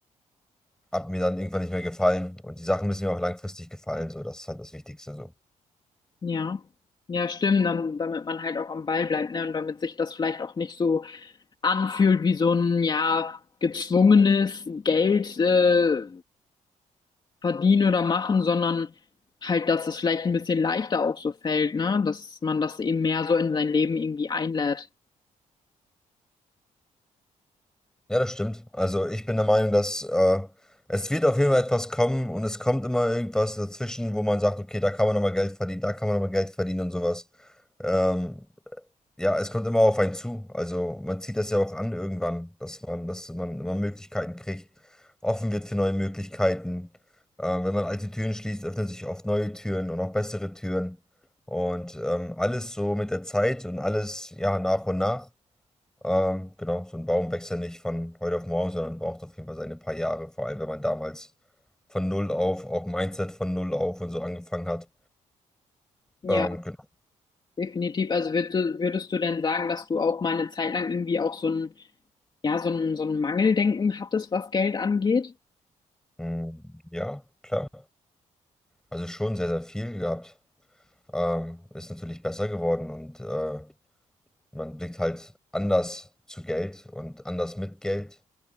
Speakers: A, in the centre; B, on the left (about 35°).
A: hat mir dann irgendwann nicht mehr gefallen. Und die Sachen müssen mir auch langfristig gefallen. So, das ist halt das Wichtigste so.
B: Ja, ja, stimmt, dann, damit man halt auch am Ball bleibt, ne? Und damit sich das vielleicht auch nicht so anfühlt wie so ein, ja, gezwungenes Geld äh, verdienen oder machen, sondern halt, dass es vielleicht ein bisschen leichter auch so fällt, ne? Dass man das eben mehr so in sein Leben irgendwie einlädt.
A: Ja, das stimmt. Also ich bin der Meinung, dass äh, es wird auf jeden Fall etwas kommen und es kommt immer irgendwas dazwischen, wo man sagt, okay, da kann man nochmal Geld verdienen, da kann man nochmal Geld verdienen und sowas. Ähm, Ja, es kommt immer auf einen zu. Also man zieht das ja auch an irgendwann, dass man, dass man immer Möglichkeiten kriegt, offen wird für neue Möglichkeiten. Ähm, wenn man alte Türen schließt, öffnen sich oft neue Türen und auch bessere Türen. Und ähm, alles so mit der Zeit und alles ja nach und nach. Ähm, genau, so ein Baum wächst ja nicht von heute auf morgen, sondern braucht auf jeden Fall seine paar Jahre, vor allem wenn man damals von null auf, auch Mindset von null auf und so angefangen hat.
B: Ja,
A: Ähm, genau.
B: definitiv. Also würdest, du- würdest du denn sagen, dass du auch mal eine Zeit lang irgendwie auch so ein, ja, so ein, so ein Mangeldenken hattest, was Geld angeht?
A: Mm, Ja, klar. Also schon sehr, sehr viel gehabt. ähm, ist natürlich besser geworden und äh, man blickt halt anders zu Geld und anders mit Geld